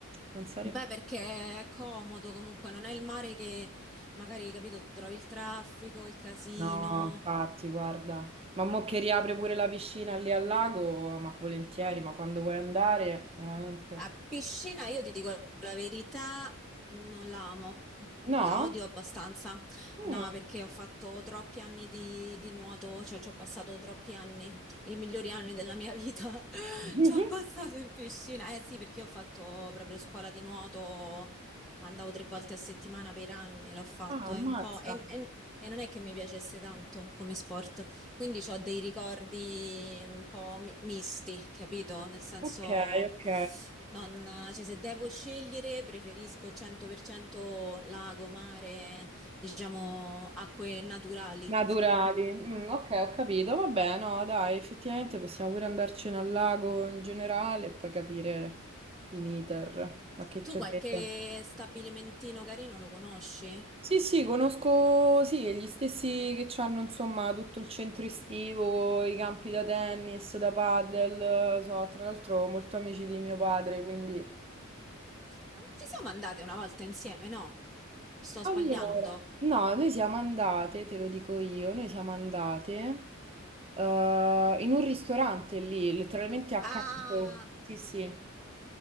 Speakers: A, on the right (about 30°); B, in the centre.
A: non sarebbe...
B: Beh, perché è comodo comunque, non è il mare che magari, capito, trovi il traffico, il casino.
A: No, infatti, guarda, ma mo che riapre pure la piscina lì al lago, ma volentieri, ma quando vuoi andare, veramente.
B: A piscina, io ti dico la verità, non la amo,
A: No?
B: la odio abbastanza.
A: Mm.
B: No, perché ho fatto troppi anni di, di nuoto, cioè ci ho passato troppi anni, i migliori anni della mia vita, <laughs>
A: Mhm.
B: ci ho passato in piscina. Eh sì, perché io ho fatto proprio scuola di nuoto, ma andavo tre volte a settimana per anni, l'ho fatto,
A: Ah, ammazza.
B: è un po'... e e- e non è che mi piacesse tanto come sport. Quindi ho dei ricordi un po' mi- misti, capito? Nel senso,
A: Ok, ok.
B: non- cioè, se devo scegliere, preferisco 100% lago, mare, diciamo, acque naturali.
A: Naturali. Mm, ok, ho capito. Vabbè, no, dai, effettivamente possiamo pure andarcene al lago in generale e poi capire in iter. Ma che
B: Tu
A: c'è
B: qualche
A: frega?
B: stabilimentino carino lo conosci?
A: Sì, sì, conosco sì, gli stessi che hanno insomma tutto il centro estivo, i campi da tennis, da padel, eh, so, tra l'altro molto amici di mio padre, quindi...
B: Ma non ci siamo andate una volta insieme, no? Sto
A: Allora,
B: sbagliando.
A: no, noi siamo andate, te lo dico io, noi siamo andate eh, in un ristorante lì, letteralmente accanto.
B: Ah,
A: Sì, sì.